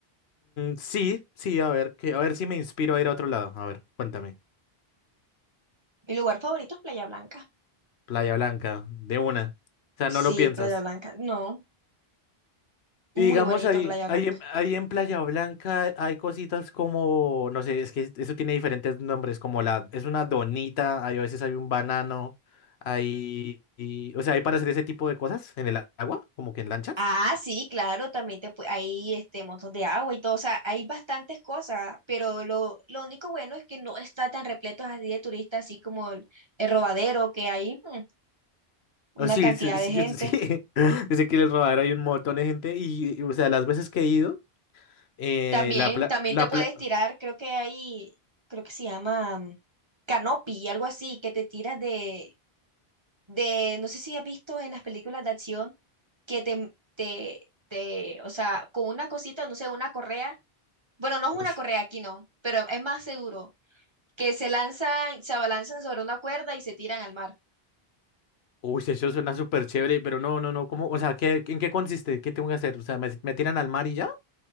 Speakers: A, on the left; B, on the right.
A: sí, sí, a ver, que, a ver si me inspiro a ir a otro lado. A ver, cuéntame.
B: Mi lugar favorito es Playa Blanca.
A: Playa Blanca, de una. O sea,
B: Sí,
A: no lo piensas.
B: Playa Blanca. No, muy
A: Y digamos
B: bonito
A: ahí,
B: Playa Blanca.
A: ahí en, ahí en Playa Blanca hay cositas como, no sé, es que eso tiene diferentes nombres, como la, es una donita, hay, a veces hay un banano, hay, y- o sea, hay para hacer ese tipo de cosas en el a- agua, como que en lanchas.
B: Ah, sí, claro, también te pu- hay este montón de agua y todo, o sea, hay bastantes cosas, pero lo, lo único bueno es que no está tan repleto así de turistas, así como el, el Rodadero, que hay mm, una
A: Ah, sí,
B: cantidad
A: sí, sí,
B: de gente.
A: yo- sí. <laughs> Dice que en el rodadero hay un montón de gente y, y, o sea, las veces que he ido, eh,
B: También,
A: la pla,
B: también
A: la
B: te puedes
A: pla,
B: tirar, creo que hay, creo que se llama mm, canopy, algo así, que te tiras de, de, no sé si has visto en las películas de acción, que te, te, te, o sea, con una cosita, no sé, una correa, bueno, no es
A: uy,
B: una correa aquí, no, pero es más seguro, que se lanzan, se abalanzan sobre una cuerda y se tiran al mar.
A: uy, eso suena súper chévere, pero no, no, no, ¿cómo? O sea, ¿qué, en qué consiste? ¿Qué tengo que hacer? O sea, ¿me, me tiran al mar y ya?